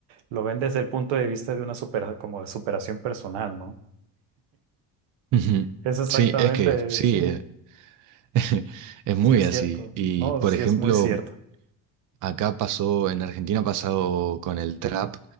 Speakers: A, on the right; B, on the right.
A: lo ven desde el punto de vista de una supera- como de superación personal, ¿no?
B: Ujú.
A: Es exactamente,
B: Sí, es que sí,
A: sí,
B: eh, <laughs> es muy
A: sí es
B: así.
A: cierto,
B: Y
A: no,
B: por
A: sí
B: ejemplo,
A: es muy cierto.
B: Acá pasó, en Argentina ha pasado con el trap,